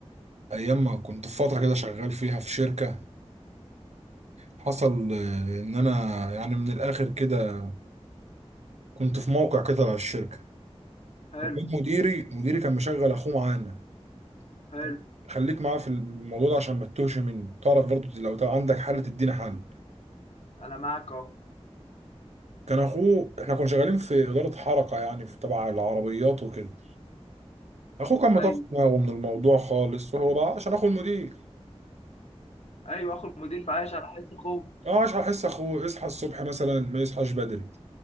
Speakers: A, on the right (about 80°); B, on the left (about 70°).
A: ايام ما كنت في فترة كده شغال فيها في شركة حصل آه، ان انا يعني من الاخر كده كنت في موقع كده على الشركة
B: حلو
A: وكان مديري مديري كان مشغل اخوه معانا
B: حلو
A: طب خليك معاه في الموضوع ده عشان ما تتوهش مني تعرف برضه لو تا- عندك حل تدينا حل
B: انا معاك اهو
A: كان اخوه احنا كنا شغالين في إدارة حركة يعني في تبع العربيات وكده اخوه كان مطفي
B: ايوه
A: دماغه من الموضوع خالص وهو بقى عشان اخو المدير
B: ايوه اخو المدير في عايش على حس اخوه
A: اه اصحى احس اخوه يصحى الصبح مثلا ما يصحاش بدري